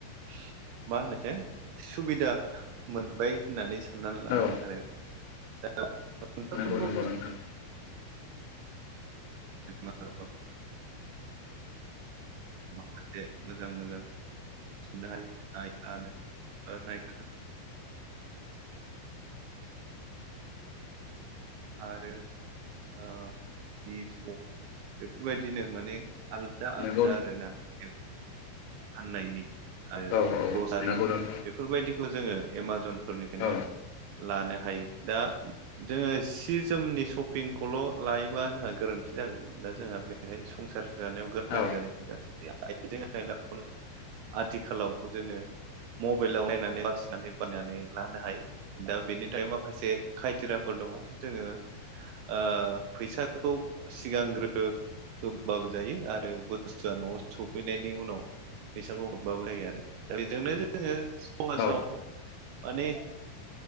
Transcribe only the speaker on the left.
औ
नंगौ नंगौ
नोंथां
<inaudible>
नंगौ
औ औ
नंगौ नोंथां
औ
औ
औ